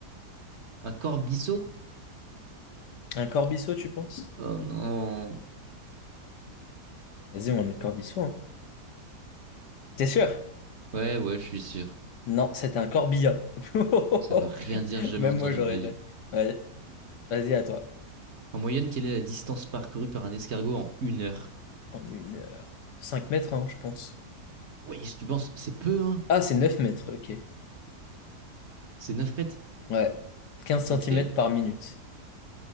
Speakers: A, on the right; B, on the left.
A: un corbiceau?
B: Un corbiceau, tu penses?
A: Oh non.
B: Vas-y, on va mettre corbiceau, hein. T'es sûr?
A: Ouais, ouais, je suis sûr.
B: Non, c'était un corbillard. <laughs>
A: Ça va rien dire, jamais
B: Même
A: entendu
B: moi, je l'aurais
A: de ma
B: déjà.
A: vie.
B: Ouais, vas-y, à toi.
A: En moyenne, quelle est la distance parcourue par un escargot en une heure?
B: En une heure. 5 mètres, hein, je pense.
A: Oui, si tu penses, c'est peu, hein?
B: Ah, c'est 9 mètres, ok.
A: C'est neuf mètres?
B: Ouais. quinze centimètres
A: Ok.
B: par minute.